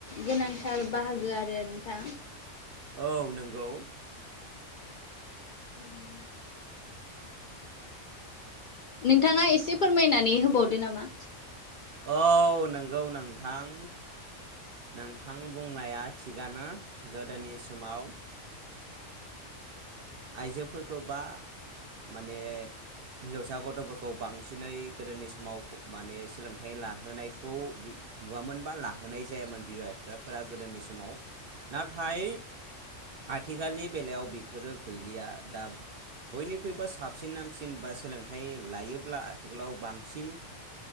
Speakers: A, on the left; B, on the right.
A: गोनांथार बाहागो आरो नोंथां।
B: औ नंगौ।
A: <inaudible> नोंथाङा एसे फोरमायनानै होबावदो नामा?
B: औ नंगौ नोंथां। नोंथां बुंनाया थिगानो गोदोनि समाव आइजोफोरखौ बा माने हिनजावसा गथ'फोरखौ बांसिनै गोदोनि समाव माने सोलों थाइ लाहोनायखौ नुवामोन बा लाहोनाय जायामोन बिमा बिफाफोरा गोदोनि समाव नाथाय आथिखालनि बेलायाव बेफोरो गैलिया दा बयनिख्रुइबो साबसिन हामसिन बा सोलोंथाइ लायोब्ला आथिखालाव बांसिन।